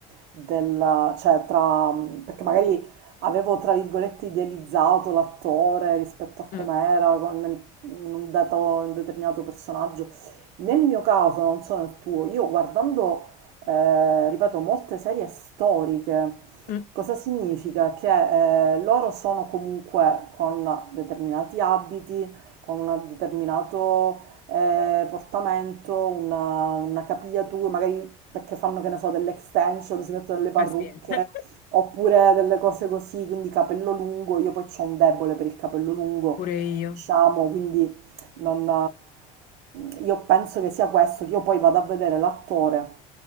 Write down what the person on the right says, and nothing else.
della, cioè tra, perché magari avevo tra virgolette idealizzato l'attore rispetto a com'era
con nel- in un, dato, un determinato personaggio. Nel mio caso, non so nel tuo, io guardando, eh, ripeto, molte serie storiche,
cosa significa? Che eh, loro sono comunque con determinati abiti, con un determinato eh, portamento, una, una capigliatura, magari perché fanno, che ne so, delle extension, si mettono delle parrucche,
oppure delle cose così, quindi capello lungo, io poi ho un debole per il capello lungo,
diciamo, quindi non, eh, io penso che sia questo, che io poi vado a vedere l'attore